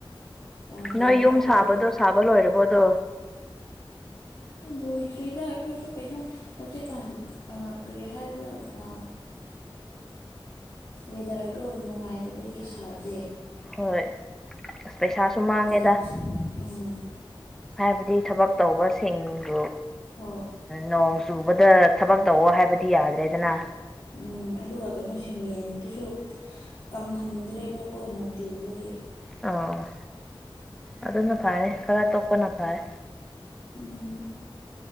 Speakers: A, on the left; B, in the centre.
A: ꯌꯥꯝ ꯐꯩꯅ
B: ꯅꯣꯏ ꯌꯨꯝ
A: ꯑꯗꯨꯗꯤ
B: ꯁꯥꯕꯗꯣ ꯁꯥꯕ ꯂꯣꯏꯔꯕꯣꯗꯣ
A: ꯕꯣꯏꯗ꯭ꯔꯤꯗ ꯑꯩꯈꯣꯏꯁꯨ ꯀꯩꯅꯣ ꯍꯧꯖꯤꯛꯀꯥꯟ ꯀꯔꯤ ꯍꯥꯏꯕ꯭ꯔꯥ ꯋꯦꯗꯔꯗꯣ ꯅꯨꯡꯉꯥꯏꯇꯕꯒꯤ ꯁꯥꯗꯦ
B: ꯍꯣꯏ ꯑꯁ ꯄꯩꯁꯥꯁꯨ ꯃꯥꯡꯉꯦꯗ
A: ꯀꯥꯏꯩꯅ ꯎꯝ
B: ꯍꯥꯏꯕꯗꯤ ꯊꯕꯛ ꯇꯧꯕꯁꯤꯡꯕꯨ
A: ꯍꯣꯏ
B: ꯅꯣꯡ ꯆꯨꯕꯗ ꯊꯕꯛ ꯇꯧꯑꯣ ꯍꯥꯏꯕꯗꯤ ꯌꯥꯗ꯭ꯔꯦꯗꯅ
A: ꯎꯝ ꯑꯗꯨꯒ ꯀꯩꯅꯣ ꯁꯤꯃꯦꯟꯗꯨꯁꯨ ꯀꯪꯍꯟꯗ꯭ꯔꯦꯕꯀꯣ ꯅꯣꯡ ꯆꯨꯕꯒꯤ
B: ꯑꯣ ꯑꯗꯨꯅ ꯐꯔꯦ ꯈꯔ ꯇꯣꯛꯄꯅ ꯐꯔ
A: ꯎꯝ